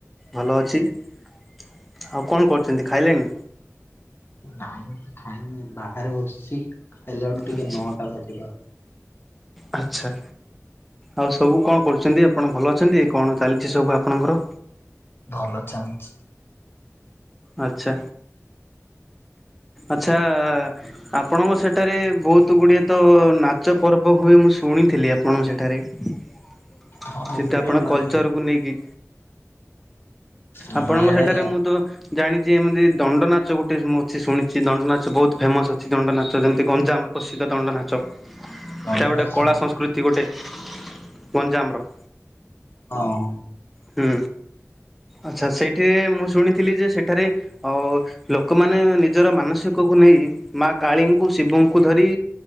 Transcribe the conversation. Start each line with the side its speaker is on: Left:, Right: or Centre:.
Centre: ଭଲ ଅଛି ଆଉ କଣ କରୁ ଛନ୍ତି ଖାଇଲେଣି?
Left: ନାଇଁ ମୁ ଖାଇନି ବାହାରେ ବସିଛି ଖାଇଲା ବେଳୁ ଟିକେ
Centre: ଆଚ୍ଛା
Left: ନଅଟା ବାଜିବ।
Centre: ଆଚ୍ଛା। ଆଉ ସବୁ କଁ କରୁଛନ୍ତି ଆପଣ ଭଲ ଅଛନ୍ତି କଣ ଚାଲିଛି ସବୁ ଆପଣଙ୍କର।
Left: ଭଲ ଚାଲିଛି।
Centre: ଆଚ୍ଛା। ଆଛା ଆପଣଙ୍କ ସେଠାରେ ବହୁତ ଗୁଡିଏ ତ ନାଚ ପର୍ବ ହୁଏ ମୁଁ ଶୁଣି ଶୁଣିଥିଲି ଆପଣ ସେଠାରେ ଯେମତି
Left: ହଁ ହୁଏ
Centre: ଆପଣ
Left: ମାନେ
Centre: କଲଚର କୁ ନେଇକି।
Left: ଆମର
Centre: ଆପଣଙ୍କ
Left: ଇଆଡେ
Centre: ସେଠାରେ ମୁଁ ତ ଜାଣିଛି ଏମିତି ଦଣ୍ଡ ନାଚ ଗୋଟେ ମୁଁ ଅଛି ଶୁଣିଛି ଦଣ୍ଡ ନାଚ ବହୁତ ଫେମସ ଅଛି ଦଣ୍ଡ ନାଚ ଯେମିତି ଗଞ୍ଜାମ୍ ର ପ୍ରସିଦ୍ଧ ଦଣ୍ଡ ନାଚ
Left: ଦଣ୍ଡ
Centre: ହେଟା ଗୋଟେ
Left: ନାଚ
Centre: କଳା ସଂସ୍କୃତି ଗୋଟେ। ଗଞ୍ଜାମ୍ ର
Left: ହଁଅ
Centre: ହୁଁ ଆଚ୍ଛା ସେଇଠି ମୁଁ ଶୁଣିଥିଲି ଯେ ସେଠାରେ ଅ ଲୋକମାନେ ମାନେ ନିଜର ମାନସିକକୁ ନେଇ ମା କାଳୀଙ୍କୁ ଶିବଙ୍କୁ ଧରି